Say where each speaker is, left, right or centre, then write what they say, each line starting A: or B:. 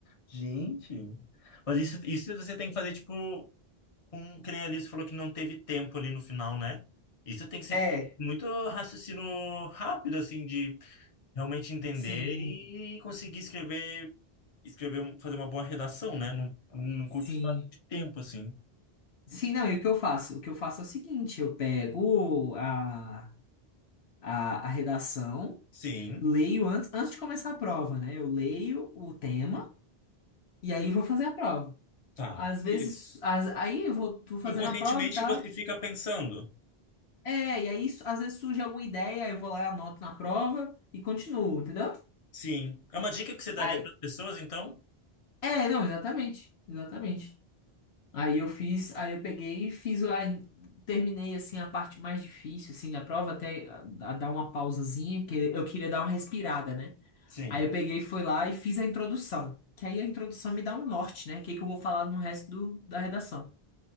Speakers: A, on the left; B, on the left.
A: Gente. Mas isso, isso você tem que fazer, tipo, com, que nem a Alice falou que não teve tempo ali no final, né? Isso tem que ser
B: É,
A: muito raciocínio rápido, assim, de realmente entender
B: sim,
A: e conseguir escrever, escrever, um- fazer uma boa redação, né? Num, num
B: sim.
A: curto espaço de tempo, assim.
B: Sim, não, e o que eu faço? O que eu faço é o seguinte, eu pego a a, a redação,
A: Sim,
B: leio antes, antes de começar a prova, né? Eu leio o tema e aí vou fazer a prova.
A: tá.
B: Às vezes,
A: E-
B: as- aí eu vou, vou fazendo
A: Inconscientemente
B: a prova e tal.
A: você fica pensando.
B: É, e aí su- às vezes surge alguma ideia, eu vou lá, anoto na prova e continuo, entendeu?
A: Sim. É uma dica que você daria
B: Aí,
A: para as pessoas, então?
B: é, não, exatamente, exatamente. Aí eu fiz, aí eu peguei e fiz a, terminei assim a parte mais difícil assim da prova até a- a dar uma pausazinha que eu queria dar uma respirada, né?
A: Sim.
B: Aí eu peguei, fui lá e fiz a introdução. Que aí a introdução me dá um norte, né? O que que eu vou falar no resto do- da redação.